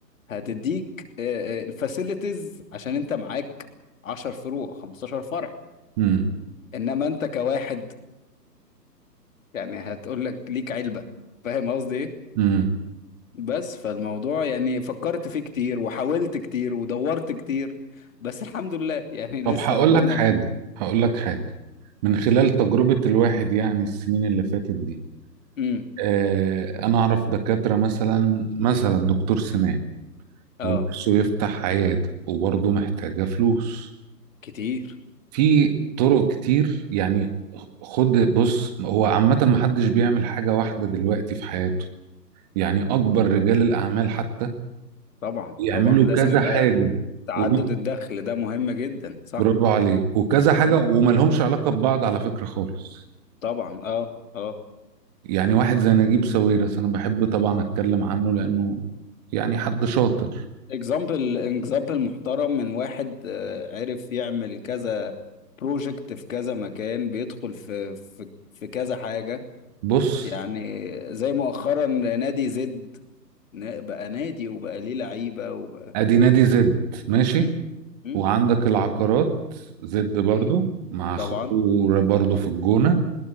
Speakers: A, on the left; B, on the right.
A: هتديك الفاسيلتيز عشان انت معاك 10 فروع 15 فرع
B: امم
A: انما انت كواحد يعني هتقول لك ليك علبه فاهم قصدي ايه
B: امم
A: بس فالموضوع يعني فكرت فيه كتير وحاولت كتير ودورت كتير بس الحمد لله يعني لسه
B: طب هقول
A: ربنا
B: لك حاجة هقول لك حاجة من خلال تجربة الواحد يعني السنين اللي فاتت دي
A: مم.
B: آه أنا أعرف دكاترة مثلا مثلا دكتور سنان
A: اه
B: ونفسه يفتح عيادة وبرضه محتاجة فلوس
A: كتير
B: في طرق كتير يعني خد بص هو عامة محدش بيعمل حاجة واحدة دلوقتي في حياته يعني أكبر رجال الأعمال حتى
A: طبعا
B: يعملوا
A: طبعا لازم
B: كذا
A: يبقى
B: حاجة
A: تعدد
B: و-
A: الدخل ده مهم جدا صح
B: برافو عليك وكذا حاجة
A: عن
B: وما لهمش علاقة ببعض على فكرة خالص
A: طبعا اه اه
B: يعني واحد زي نجيب ساويرس أنا بحب طبعا أتكلم عنه لأنه يعني حد شاطر
A: اكزامبل اكزامبل محترم من واحد آه، عرف يعمل كذا بروجكت في كذا مكان بيدخل في في في كذا حاجة
B: بص
A: يعني زي مؤخرا نادي زد ن- بقى نادي وبقى ليه لعيبة وبقى
B: أدي نادي زد ماشي
A: مم، مم،
B: وعندك العقارات زد برضو
A: مم.
B: مع أخوه
A: طبعا
B: برضو في الجونة